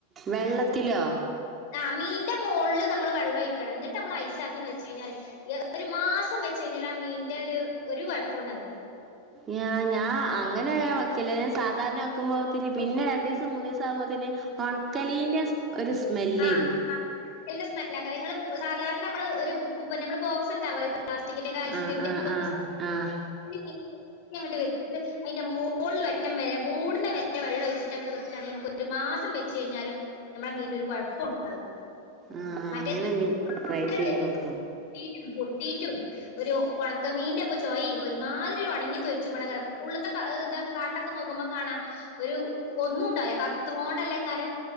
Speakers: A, on the right; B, on the left.
A: വെള്ളത്തിലോ
B: ആഹ് മീന്റെ മോൾല് നമ്മള് വെള്ളം ഒഴിക്കണം എന്നിട്ട് നമ്മള് ഐസാക്കി ഒന്ന് വെച്ച് കഴിഞ്ഞാല് <unintelligible> ഒരു മാസം വെച്ച് കഴിഞ്ഞാല് ആ മീന്റെ ഒരു ഒരു കൊഴപ്പുണ്ടാവില്ല.
A: ഞാ ഞാ അങ്ങനെ നാൻ വെക്കലില്ല ഞാൻ സാധാരണ വെക്കുമ്പോത്തിന് പിന്നെ രണ്ടിസ മൂന്നീസാമത്തിനെ ഒണക്കലീന്റെ ഒരു സ്മെല്ല്
B: ആഹ്
A: വരും.
B: ആഹ് നല്ല സ്മെല്ലാ പറ്യാ ങ്ങള് സാധാരപണമ്മള് ഒര് ബ് ബ് പ്ന്നെ മ്മളെ ബോക്സ്ണ്ടാവ് <unintelligible> പ്ലാസ്റ്റിക്ക്‌ന്റെക്കെ ഐസ്ക്രീംന്റെ
A: ആഹ് ആഹ്
B: ബോക്സ്
A: ആഹ്
B: <unintelligible>
A: ആഹ്
B: അങ്ങട്ട് വെച്ച്ട്ട് അയ്ന്റെ മോൾല് വെട്ടം വരെ മൂട്നെ വെരെ വെള്ളം ഒയ്ച്ച്ട്ടങ്ങട്ട് വെക്കാണെ മ്ക്ക് ഒര് മാ മാസം വെച്ചയ്ഞ്ഞാലും ഞമ്മളെ മീനാെരു കാെഴപ്പോംണ്ടാവ്
A: ആഹ്
B: മറ്റേ
A: അങ്ങനെ ഇനി ട്രൈ
B: <unintelligible>
A: ചെയ്തോക്കണം.
B: പൊട്ടീട്ടും ഒര് ഒണക്കമീന്റൊക്കെ ചൊയിം ഒര്മാതിര്യൊര് ഒണ്ങ്ങി തൊൽച്ച്ക്കോണ്ടെക്കാരം ഉള്ള്ത്തെ ക ഹ് തൊക്കെ കാട്ടാെ നോക്കുമ്പ കാണാ ഒരു ഒന്നുംണ്ടാ <unintelligible> കർത്ത്ങ്ങോണ്ടല്ലേക്കാരം